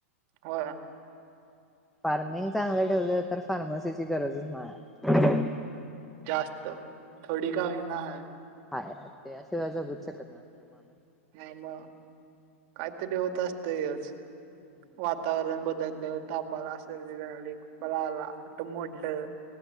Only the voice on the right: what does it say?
हो
जास्त थोडी का होना हय
नाही मग काहीतरी होत असतयच
वातावरण बद्दल धंदेव तापाला, सर्दी झाली, खोकला आला, कुठं मोडलं